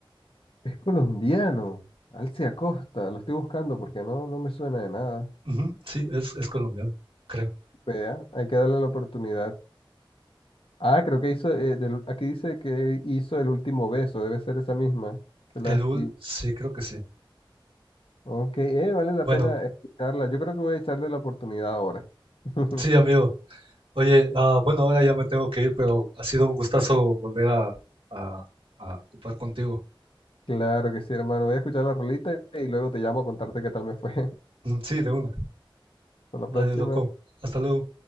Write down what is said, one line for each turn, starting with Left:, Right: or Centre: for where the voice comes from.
Left: es colombiano. Alci Acosta, lo estoy buscando porque no, no me suena de nada.
Right: Ujú, sí, es, es colombiano, creo.
Left: Vea, hay que darle la oportunidad. Ah, creo que hizo, eh, del- aquí dice que hizo el último beso, debe ser esa misma, de
Right: El
Left: Last
Right: UL,
Left: Kiss.
Right: sí, creo que sí.
Left: Ok, eh, vale la
Right: Bueno,
Left: pena escucharla. Yo creo que voy a echarle la oportunidad ahora. <laughs>
Right: sí, amigo. Oye, ah, bueno, ahora ya me tengo que ir, pero ha sido un gustazo volver a, a, a topar contigo.
Left: Claro que sí, hermano. Voy a escuchar la rolita y luego te llamo a contarte qué tal me fue.
Right: Mm, Sí, de una.
Left: <laughs> Hasta la
Right: Vale,
Left: próxima.
Right: loco. Hasta luego.